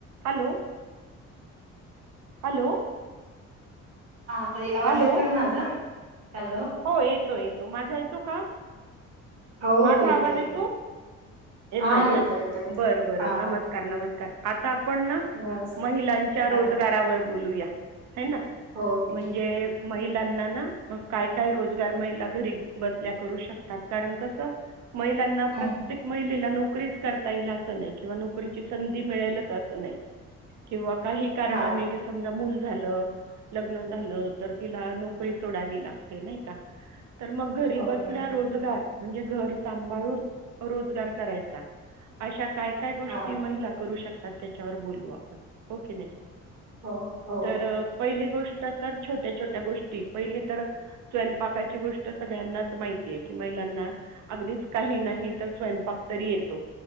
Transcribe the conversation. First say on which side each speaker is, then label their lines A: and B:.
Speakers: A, on the right; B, on the right.
A: Hello, hello.
B: हा ताई आवाज
A: हॅलो
B: येतोय माझा. हॅलो.
A: हो येतो येतो माझा येतो का?
B: हो
A: माझा
B: हो येतोय.
A: आवाज येतो, येतोय
B: हा
A: ना
B: येतोय.
A: बरं बरं
B: हा
A: नमस्कार नमस्कार! आता आप पण
B: बस
A: महिलांच्या
B: हा
A: रोजगारावर बोलूया है ना
B: हो
A: म्हणजे?
B: ठीक
A: महिलांना ना मग काय? काही रोजगार महिला घरी बसल्या करू शकतात कारण, कस? महिलांना
B: हम्म
A: प्रत्येक महिलेला नोक नोकरीच करता येईल अस नाही. किंवा नोकरीची संधी मिळेलच अस नाही. किंवा काही कारणाने
B: हा
A: समजा मुलं लग्न झालं, तर तिला नोकरी सोडावी लाग ते नाही का? तर मग घरी
B: हो
A: बसल्या
B: ना
A: रोजगार म्हणजे घर सांभाळून रोजगार करायचा अशा काय काय गोष्टी
B: हा
A: महिला करू शकत आ त्याच्यावर बोलू आपण, हो की नाही?
B: हो हो
A: तर पहिली गोष्ट तर तर छोट्या छोट्या गोष्टी. पहिली तर स्वयंपाकाची गोष्ट सगळ्यांनाच माहितीय की, महिलांना अगदीच काही नाही तर स्वयपाक तरी येतो.